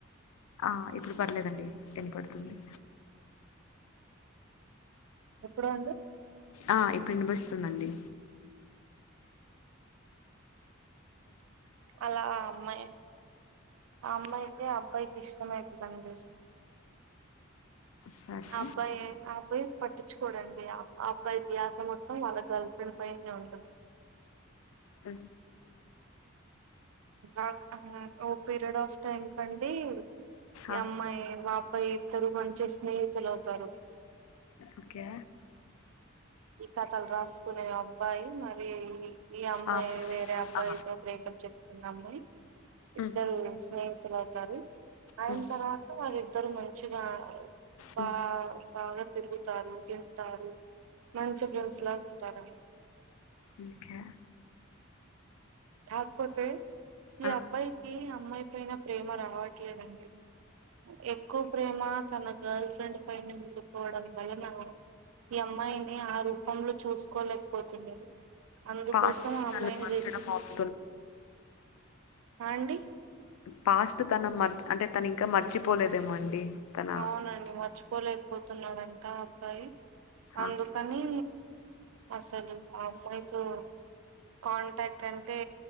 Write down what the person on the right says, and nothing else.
ఎప్పుడా అండి
అలా అమ్మాయి ఆ అమ్మాయికి అబ్బాయికి ఇష్టం అయి విలన్దేష్
అబ్బాయి అబ్బాయి పట్టించుకోడండి ఆ ఆ అబ్బాయి ధ్యాస మొత్తం వాళ్ళ గర్ల్ ఫ్రెండ్ పైనే ఉంటది.
ఆ ఓ పీరియడ్ ఆఫ్ టైమ్ కండి ఈ
అమ్మాయి వా అబ్బాయి ఇద్దరు మంచి స్నేహితులు అవుతారు.
ఈ కథలు రాసుకునే అబ్బాయి మ ఈ అమ్మాయి
వేరే అబ్బాయితో
బ్రేకప్ చెప్తున్నా అమ్మాయి ఇద్దరు
స్నేహితులు అవుతారు ఆయిన
తర్వాత వాళ్ళిద్దరు మంచిగా బా
బాగా తిరుగుతారు తింతారు మంచి ఫ్రెండ్స్ లా ఉంటారండి
కాకపోతే ఈ
అబ్బాయికి అమ్మాయిపైనా ప్రేమ రావట్లేదండి ఎక్కువ ప్రేమ తన గర్ల్ ఫ్రెండ్ పైన ఉండిపోవడం వలన ఈ అమ్మాయిని ఆ రూపంలో చూసుకోలేకపోతున్నాడు అందుకోసం
ఆ
అమ్మాయిని దీసి
అండి
అవునండి మర్చికోలేకపోతున్నాడంట ఆ అబ్బాయి అందుకని
అసలు ఆ అమ్మాయితో కాంటాక్ట్ అంటే